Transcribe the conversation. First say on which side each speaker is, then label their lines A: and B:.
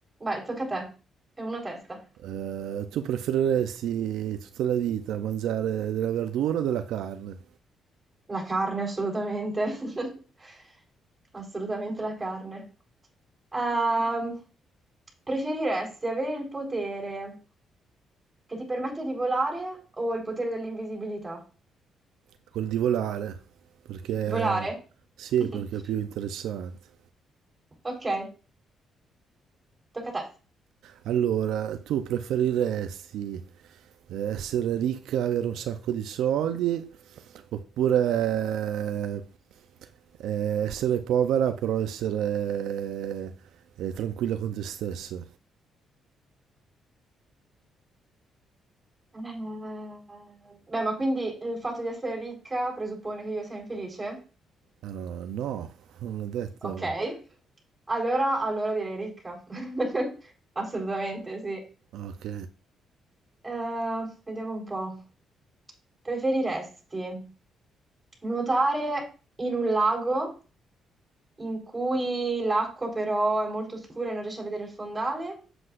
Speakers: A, on the right; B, on the right.
A: vai, tocca a te. È una testa.
B: Eh, tu preferiresti tutta la vita mangiare della verdura o della carne?
A: La carne, assolutamente. <laughs> Assolutamente la carne. Ehm, preferiresti avere il potere che ti permette di volare o il potere dell'invisibilità?
B: Col divolare, perché
A: Volare?
B: sì,
A: <laughs>
B: perché è più interessante.
A: Ok, tocca a te.
B: Allora, tu preferiresti eh, essere ricca, avere un sacco di soldi, oppure eh, essere povera però essere eh, tranquilla con te stessa?
A: Eh, beh, ma quindi il fatto di essere ricca presuppone che io sia infelice?
B: Allora, no, no, non l'ho detto.
A: Ok, allora, allora direi ricca. <laughs> Assolutamente, sì.
B: Ok,
A: Eh, vediamo un po'. Preferiresti Nuotare in un lago in cui l'acqua però è molto scura e non riesci a vedere il fondale,